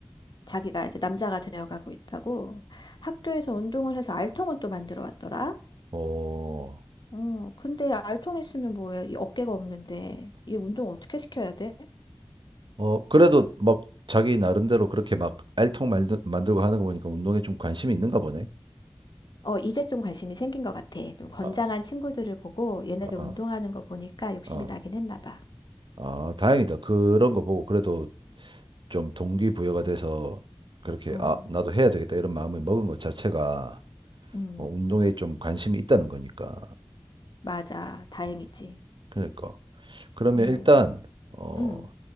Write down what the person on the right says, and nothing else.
어.
어, 그래도 막 자기 나름대로 그렇게 막 알통 말들, 만들고 하는 거 보니까 운동에 좀 관심이 있는가 보네.
아,
아, 아.
아,
아, 다행이다. 그런 거 보고 그래도 좀 동기부여가 돼서 그렇게
아, 나도 해야 되겠다 이런 마음을 먹은 것 자체가
어, 운동에 좀 관심이 있다는 거니까.
음. 그러니까. 그러면
일단 어,